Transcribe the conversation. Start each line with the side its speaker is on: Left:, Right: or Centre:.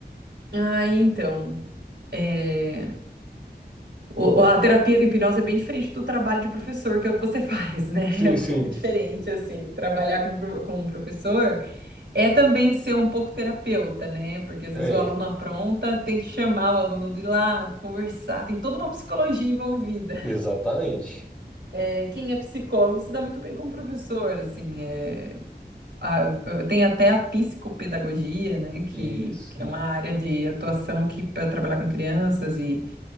Right: Ah, então. É, O- a terapia com hipnose é bem diferente do trabalho de professor, que é o que você faz, né?
Centre: Sim,
Right: <laughs> É um
Centre: sim,
Right: pouco diferente, assim. Trabalhar com, pro- com um professor é também ser um pouco terapeuta, né? Porque às
Centre: é,
Right: vezes o aluno apronta, tem que chamar o aluno de lá, conversar, tem toda uma psicologia envolvida.
Centre: exatamente.
Right: É, quem é psicólogo se dá muito bem com o professor, assim. É, a- tem até a psicopedagogia, né? Que,
Centre: Isso,
Right: que é uma área de atuação que para trabalhar com crianças e